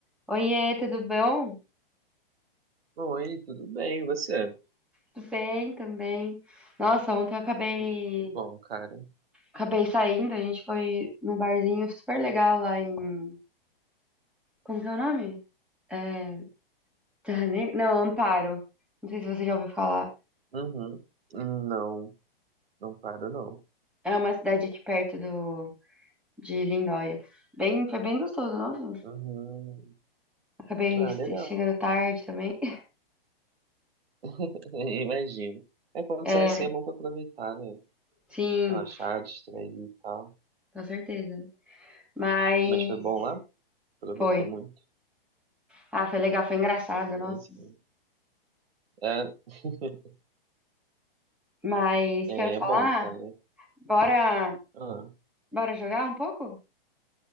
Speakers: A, in the centre; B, on the right.
A: Oiê, tudo bom?
B: Oi, tudo bem, e você?
A: Tudo bem também. Nossa, ontem eu acabei,
B: Hum, Que bom, cara.
A: acabei saindo, a gente foi num barzinho super legal lá em, como que é o nome? É, Terra Negra? Não, Amparo. Não sei se você já ouviu falar.
B: Uhum. Hum, Não, não paro, não.
A: É uma cidade aqui perto do, de Lindóia. Bem, foi bem gostoso, nossa.
B: Uhum.
A: Acabei
B: Ah,
A: este-
B: legal.
A: chegando tarde também. <laughs>
B: <laughs> Imagino. É quando
A: É,
B: sai assim é bom pra aproveitar, né?
A: sim,
B: Relaxar, distrair e tal.
A: com certeza. Mas
B: Mas foi bom lá? Aproveitou
A: foi.
B: muito.
A: Ah, foi legal, foi engraçado, nossa.
B: É isso aí. É, <laughs>
A: Mas
B: é,
A: o que eu ia falar?
B: é bom, cara.
A: Bora
B: Ah,
A: Bora jogar um pouco?